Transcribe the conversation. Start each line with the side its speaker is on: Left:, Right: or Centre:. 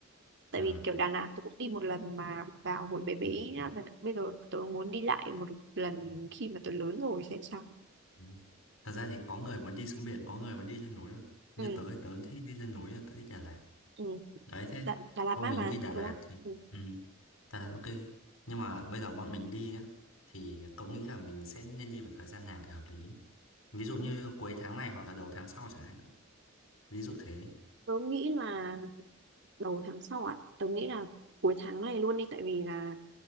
Right: tại
Left: À.
Right: vì kiểu Đà Lạt tớ cũng đi một lần mà vào hồi bé bé
Left: Ừ.
Right: nhá. Là bây giờ tớ muốn đi lại một lần
Left: Ừ.
Right: khi mà tớ lớn rồi xem sao.
Left: Ừ. Thật ra thì có người muốn đi xuống biển, có người muốn đi lên núi mà. Như
Right: Ừ,
Left: tớ thì tớ thích đi lên núi, là tớ thích Đà Lạt.
Right: ừ.
Left: đấy thế
Right: Đà, Đà Lạt
Left: bọn
Right: mát
Left: mình
Right: mà
Left: đi Đà Ừ.
Right: đúng
Left: Lạt
Right: không?
Left: thì
Right: Ừ.
Left: ừ, Đà Lạt ok nhưng mà bây giờ bọn mình đi nhá thì cậu nghĩ là mình sẽ nên đi vào thời gian nào thì hợp lý ví dụ như cuối tháng này hoặc là đầu tháng sau chẳng hạn ví dụ thế
Right: Tớ nghĩ là đầu tháng sau ạ. Tớ nghĩ là cuối tháng này luôn đi tại vì là